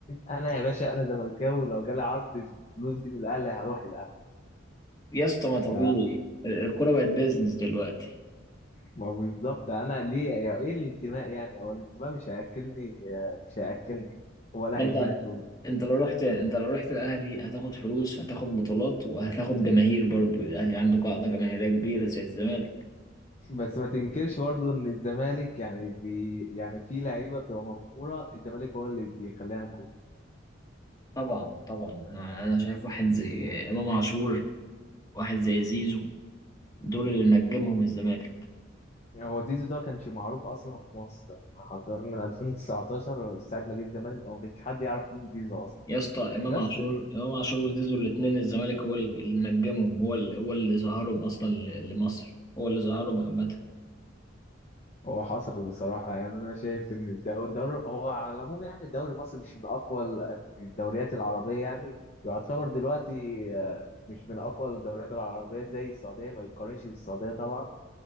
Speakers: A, on the left (about 35°); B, on the left (about 20°).
A: انا يا باشا انا زملكاوي لو جالي عرض الفلوس دي من الاهلي هروح الاهلي
B: يا اسطى ما
A: ف
B: طبيعي الكوره بقت بيزنس دلوقتي
A: ما هو بالظبط انا ليه ايه الانتماء يعني هو الانتماء مش هياكلني آه، مش هياكلني ولا
B: ما
A: هيديني
B: انت
A: فلوس
B: انت لو رحت انت لو رحت الاهلي هتاخد فلوس هتاخد بطولات وهتاخد جماهير برضو الاهلي عنده قاعده جماهيريه كبيره زي الزمالك
A: بس ما تنكرش برضو ان الزمالك يعني بي يعني في لعيبه بتبقى مغموره الزمالك هو اللي بيخليها نجوم
B: طبعا طبعا انا انا شايف واحد زي امام عاشور واحد زي زيزو دول اللي نجمهم الزمالك
A: يعني هو زيزو ده كانش معروف اصلا في مصر يعني حرفيا من 2019 ساعه ما جه الزمالك أو ما كانش حد يعرف مين زيزو اصلا
B: يا اسطى امام
A: بس
B: عاشور امام عاشور وزيزو الاثنين الزمالك هو اللي اللي نجمهم هو اللي هو اللي ظهرهم اصلا ل- لمصر هو اللي ظهرهم عامه
A: هو حصل بصراحه يعني انا شايف ان الد- الدوري هو على العموم يعني الدوري المصري مش من اقوى ال- الدوريات العربيه يعني يعتبر دلوقتي آه، مش من اقوى الدوريات العربيه زي السعوديه ما يتقارنش بالسعوديه طبعا